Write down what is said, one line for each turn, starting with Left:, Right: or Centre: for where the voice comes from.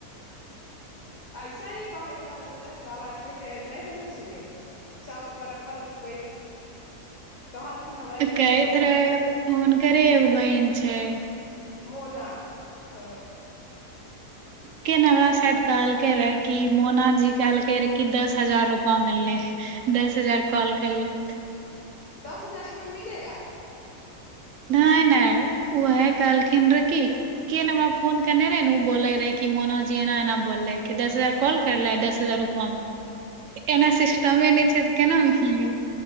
Left: ऐसा ही कहैत रहले सब आदमी के नहि जानै छलियै सब अपन अपन कोइ कहत कि हमरा ई
Right: कहैथ
Left: चीज पता है।
Right: रहैत हुनकरे बहिन छै
Left: मोना हँ
Right: के ने हमरा साायद कहलकै रहए कि मोना जी कहलकै रहे कि दस हजार रुपा मिललै दस हजार कॉल करले रह
Left: दस हजारमे मिलेगा
Right: नहि नहि उह कहलखिन रहे कि के नहि हमरा फोन केने रहे ने ओ बोले रहे कि मोनाजी एना एना बोलले कि दस हजार कॉल करलेस दस हजार रुपा ऐना सिस्टम ए नहि छै केना मिल गेल